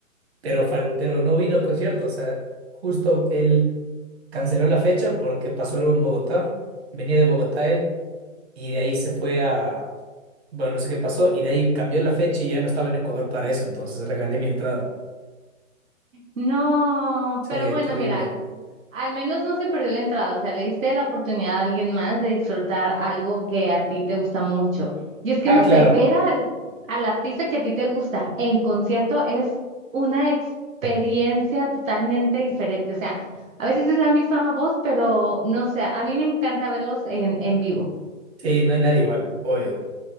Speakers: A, on the right; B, on the right.
A: pero, fal- pero no vino al concierto. O sea, justo él canceló la fecha porque pasó algo en Bogotá. Venía de Bogotá él y de ahí se fue a... Bueno, no sé qué pasó y de ahí cambió la fecha y ya no estaba en Ecuador para eso. Entonces regalé mi entrada.
B: No,
A: Sí,
B: pero bueno,
A: terrible.
B: mira, al al menos no se perdió la entrada, o sea, le diste la oportunidad a alguien más de disfrutar algo que a ti te gusta mucho. Y es que
A: Ah,
B: no
A: claro.
B: sé, ver al, al artista que a ti te gusta en concierto es una experiencia totalmente diferente, o sea, a veces es la misma voz, pero no sé, a mí me encanta verlos en, en vivo.
A: Sí, no hay nadie igual, obvio. O